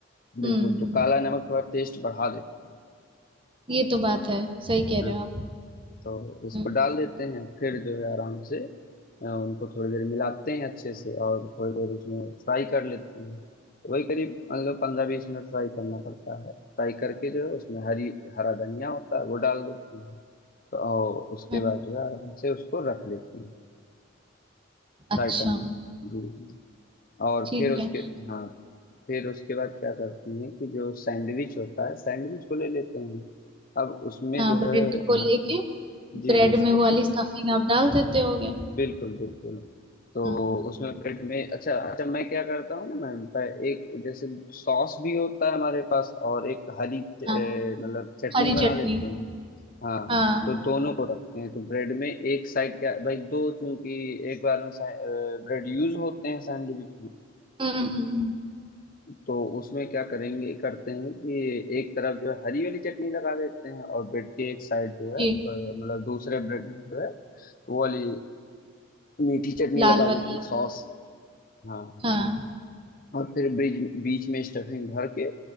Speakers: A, on the right; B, on the left.
A: हम्म
B: बिल्कुल तो
A: हम्म
B: काला नमक थोड़ा टेस्ट बढ़ा देता है
A: ये तो बात है सही
B: हाँ
A: कह रहे
B: हाँ
A: हो आप
B: तो उसको
A: हम्म
B: डाल देते हैं फिर जो है आराम से अ, उनको थोड़ी देर मिलाते हैं अच्छे से और थोड़ी देर उसमें फ्राई कर लेते हैं वही करीब मतलब पंद्रह बीस मिनट फ्राई करना पड़ता है फ्राई करके जो है उसमें हरी हरा धनिया होता है वो डाल देते हैं तो और उसके
A: हम्म,
B: बाद जो है आराम से उसको रख लेते हैं फ्राई
A: अच्छा
B: करने जी जी और
A: ठीक
B: फिर उसके
A: है
B: हाँ फिर उसके बाद क्या करते हैं कि जो सैंडविच होता है सैंडविच को ले लेते हैं अब उसमें
A: हाँ
B: जो
A: ब्रेड
B: है
A: को लेके
B: हाँ जी
A: ब्रेड
B: जी उसको
A: में वो वाली स्टफिंग आप डाल देते होगे
B: बिल्कुल बिल्कुल तो
A: हम्म,
B: उसमें ब्रेड में अच्छा अच्छा मैं क्या करता हूँ ना मैम प- एक जैसे सॉस भी होता है हमारे पास और एक हरी च-
A: हाँ
B: ए, मतलब चटनी
A: हरी
B: बना
A: चटनी
B: लेते हैं हाँ
A: हाँ
B: तो दोनों को रखते हैं तो ब्रेड में एक साइड क्या भाई दो चूंकि एक बार में ब्रेड यूज होते हैं सैंडविच में
A: हम्म हम्म, हम्म,
B: तो उसमें क्या करेंगे करते हैं कि एक तरफ जो है हरी वाली चटनी लगा देते हैं और ब्रेड के एक साइड जो है
A: जी
B: अ, मतलब दूसरे ब्रेड में जो है वो वाली मीठी चटनी
A: लाल
B: लगा
A: वाली
B: देते हैं सॉस हाँ
A: हाँ
B: और फिर बीच बीच में स्टफिंग भर के